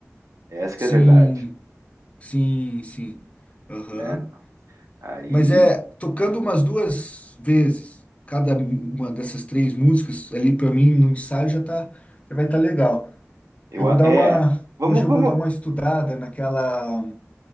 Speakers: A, on the right; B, on the left.
A: Essa
B: Sim,
A: que é a verdade,
B: sim, sim. Aham.
A: né? Aí
B: Mas é tocando umas duas vezes cada uma dessas três músicas ali para mim no ensaio já tá, já vai estar legal.
A: eu
B: Eu vou
A: a-
B: dar
A: é,
B: uma,
A: vamos,
B: hoje eu
A: vamos.
B: vou dar uma estudada naquela